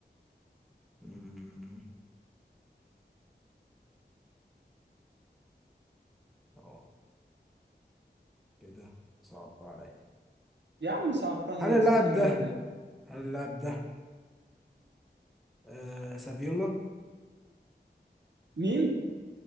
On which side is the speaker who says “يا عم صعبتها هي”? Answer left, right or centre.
Right